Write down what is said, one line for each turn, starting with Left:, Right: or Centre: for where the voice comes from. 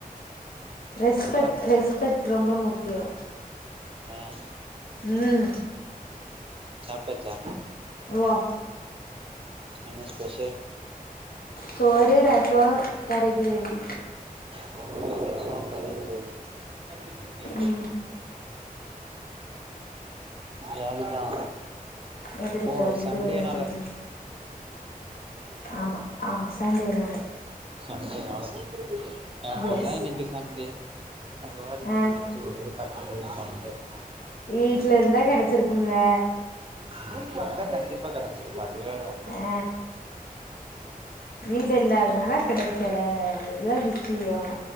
Left: ரெஸ்பெக்ட்
Right: ச
Left: ரெஸ்பெக்ட் ரொம்ப முக்கியோ
Right: ஆ
Left: ம்
Right: சாப்ட்டாச்சா
Left: ஓ
Right: என்ன ஸ்பெஷல்
Left: சோறு ரச கறி கிரேவி
Right: சோறு ரச கறி கிரேவி
Left: ம்
Right: ஜாலி தா
Left: எதுக்கு
Right: ஓ
Left: ஜோலி
Right: சண்டேனால
Left: இதுல என்ன ஜோலி ஆமா ஆமா சண்டேனால
Right: சண்டேனால எனக்குதா
Left: எஸ்
Right: இன்னிக்கு சண்டே எனக்கு பாரு
Left: ஆ
Right: வெள்ள சோறு பத்து பேருக்கு <unintelligible>
Left: வீட்ல இருந்தா கெடச்சிருக்கும்ல
Right: வீட்டுல இருந்தா கண்டிப்பா கிடைச்சிருக்கும் அது வேற ஒண்ணு
Left: ஆ வீட்டுல இல்லாதனால கிடைக்கல அதுதா விஷய